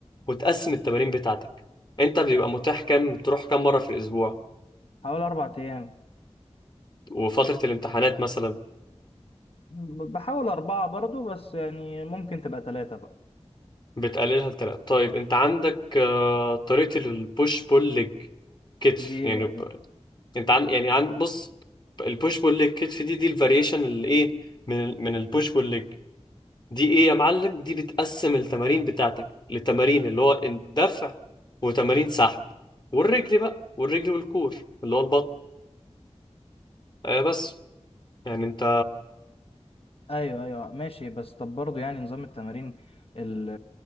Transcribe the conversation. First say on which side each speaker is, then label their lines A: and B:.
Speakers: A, on the left; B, on the left.
A: وتقسم التمارين بتاعتك أنت بيبقى متاح كام تروح كام مرة في الأسبوع
B: حوالي اربع ايام
A: وفترة الامتحانات مثلا
B: ب- بحاول اربعة برضو بس يعني ممكن تبقى ثلاثة بقى
A: بتقللها لتلاتة طيب انت عندك آه، طريقة البوش بول ليج كتف
B: دي ايه
A: يعني
B: بقى
A: ب-
B: دي
A: انت عن يعني عن بص البوش بول ليج كتف دي دي الفاريشن اللي ايه من ال- من البوش بول ليج دي ايه يا معلم دي بتقسم التمارين بتاعتك لتمارين اللي هو دفع وتمارين سحب والرجل بقى والرجل والكور اللي هو البطن آه بس يعني انت
B: ايوه ايوه ماشي بس طب برضو يعني نظام التمارين ال-